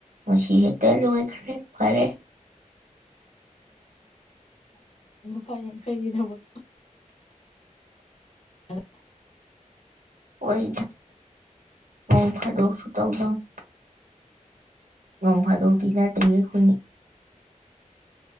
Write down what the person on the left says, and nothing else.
ꯐ ꯌꯥꯝ ꯀꯩꯒꯤꯗꯃ <unintelligible> ꯑ <unintelligible>